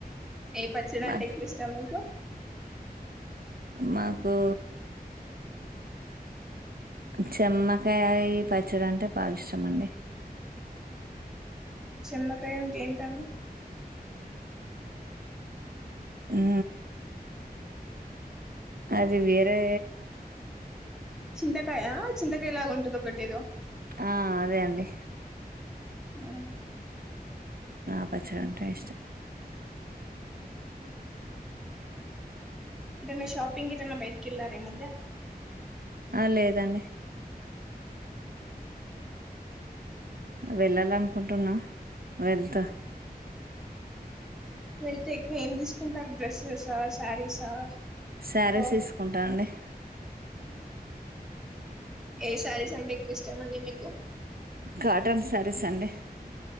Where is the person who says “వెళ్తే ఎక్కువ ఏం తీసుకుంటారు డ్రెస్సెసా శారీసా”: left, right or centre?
Centre